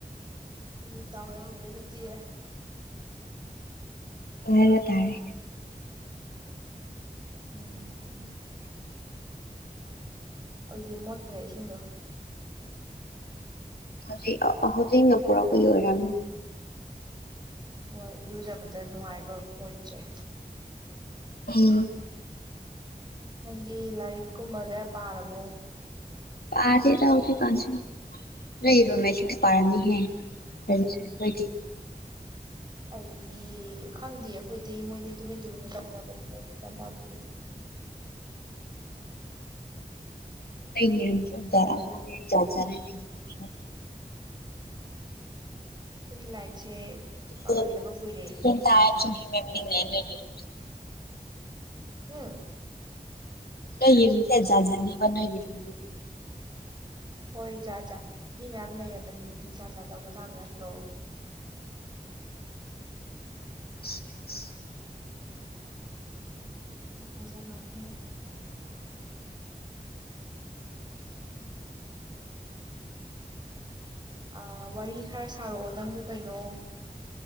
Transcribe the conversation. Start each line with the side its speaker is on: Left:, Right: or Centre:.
Right: ꯎ ꯇꯋꯦ ꯑꯗꯨꯗꯤꯌꯦ
Left: ꯑꯣꯏꯕ ꯇꯔꯦ
Right: ꯎꯝ ꯍꯧꯖꯤꯛꯇꯤ ꯃꯣꯠꯈꯔꯦ ꯏꯁꯤꯡꯗꯣ
Left: ꯍꯧꯖꯤꯛ ꯍꯧꯖꯤꯛꯅ ꯄꯨꯔꯛꯕꯨꯏ ꯑꯣꯏꯔꯝ
Right: ꯍꯣꯏ ꯏꯨꯖꯕꯗ ꯅꯨꯡꯉꯥꯏꯕ ꯑꯣꯏꯗ꯭ꯔꯦ
Left: ꯎꯝ
Right: ꯅꯪꯗꯤ ꯂꯥꯏꯔꯤꯛ ꯀꯨꯝꯕꯒ ꯄꯥꯔꯕꯣ
Left: ꯄꯥꯗꯦꯗ ꯍꯧꯗꯤ ꯀꯁꯤ ꯅ ꯔꯣꯃꯦꯁꯦ ꯄꯔꯅꯤꯍꯦ ꯔꯗꯤ
Right: ꯑꯩꯗꯤ ꯈꯪꯗꯦ ꯑꯩꯈꯣꯏꯗꯤ ꯃꯣꯏꯗꯤ ꯇꯨꯃꯤꯟ ꯇꯨꯃꯤꯟꯅ ꯇꯧꯔꯕꯅꯤꯅ ꯑꯩꯗꯤ ꯒ꯭ꯌꯥꯟ ꯇꯥꯗꯦꯌꯦꯦ <inaudible>
Left: ꯅ ꯍꯦꯔꯝ ꯁꯣ ꯔ ꯃ ꯆꯖꯖꯅꯦ ꯅ ꯍꯔꯝꯁꯣ
Right: ꯀꯣꯏꯗꯤ ꯂꯥꯏꯛꯁꯦ
Left: ꯗꯤꯐ꯭ꯔꯦꯟ
Right: ꯄꯥꯒꯤꯗꯕ ꯀꯨꯏꯔꯦ
Left: ꯗꯤꯐ꯭ꯔꯦꯟ ꯇꯥꯏꯞꯁ
Right: ꯌꯥꯝ ꯊꯤꯅ
Left: ꯑꯣꯐ ꯍ꯭ꯌꯨꯃꯦꯟ ꯕꯤꯡꯅꯦ ꯅꯣꯏꯒꯤ ꯔꯨꯝꯁꯦ
Right: ꯎꯝ
Left: ꯅ ꯏꯔꯦꯖꯖꯅꯤꯕ ꯅ ꯏꯔꯗꯤ
Right: ꯍꯣꯏ ꯖꯥꯖꯥ ꯃꯤ ꯃꯌꯥꯝ ꯂꯩꯔꯕꯅꯤꯗꯤ ꯆꯖꯥ ꯆꯥ ꯇꯧꯕ ꯊꯥꯕ ꯅꯠꯇ꯭ꯔꯣ <inaudible>
Left: <inaudible>
Right: ꯆꯥꯖꯥ ꯉꯇꯅꯤ ꯑ ꯋꯥꯔꯤ ꯈꯔ ꯁꯥꯔꯛꯑꯣ ꯅꯪꯕꯨ ꯀꯩꯅꯣ